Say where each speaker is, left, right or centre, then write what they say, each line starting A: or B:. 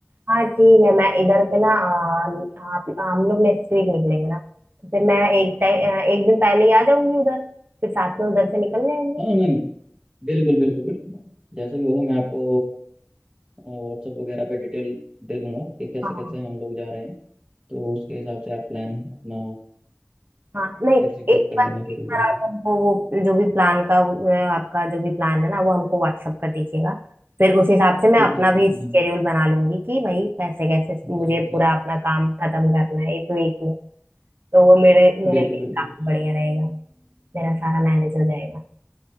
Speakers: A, on the right (about 45°); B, on the right (about 20°).
A: हाँ ठीक है मैं इधर से ना आ, आप हम लोग नेक्स्ट वीक निकलेंगे ना तो फिर मैं एक टाइम एक दिन पहले ही आ जाऊंगी उधर फिर साथ में उधर से निकल जाएंगे
B: हाँ मैं बिल्कुल बिल्कुल बिल्कुल मैम जैसा भी होगा मैं आपको व्हाट्सएप वगैरह पे डिटेल दे दूंगा कि कैसे
A: हाँ
B: कैसे हम लोग जा रहे हैं तो उसके हिसाब से आप प्लान अपना
A: हाँ नहीं
B: एग्जीक्यूट
A: एक
B: कर
A: बार
B: लेना फिर
A: एक
B: उधर
A: बार
B: से
A: आप हमको वो जो भी प्लान का अ, आपका जो भी प्लान है ना वो हमको व्हाट्सअप कर दीजिएगा फिर उस हिसाब से मैं
B: ठीक
A: अपना
B: ठीक
A: भी
B: ठीक
A: शेड्यूल
B: मैम।
A: बना लूंगी कि भाई कैसे कैसे
B: जी
A: मुझे
B: जी
A: पूरा
B: जी
A: अपना काम खत्म करना है इस वीक में तो वो मेरे मेरे
B: बिल्कुल
A: लिए
B: बिल्कुल
A: काफी
B: बिल्कुल
A: बढ़िया रहेगा मेरा सारा मैनेज हो जाएगा